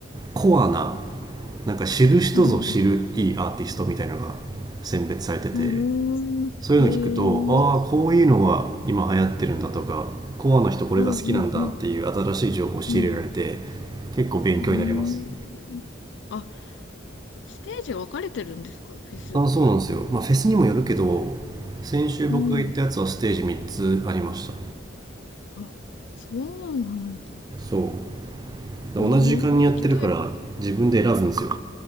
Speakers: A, on the right; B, on the left.
A: コアな、なんか知る人ぞ知るいいアーティストみたいなのが選別されてて、
B: うん。あ
A: そういうの聞くと、
B: ー、へえ、
A: ああ、こういうのが今流行ってるんだとか、コアの人これが好きなんだっていう新しい情報を仕入れられて、
B: うん、うん、うん、うん。
A: 結構勉強になります。
B: うーん。あ、ステージ分かれてるんですか、フェスって。
A: あ、そうなんですよ。まあ、フェスにもよるけど、先週僕が行ったやつはステージ3つありました。
B: うん。あ、そうなんだ。
A: そう。同じ時間にやってるから、
B: いやー、行きたい。
A: 自分で選ぶんですよ。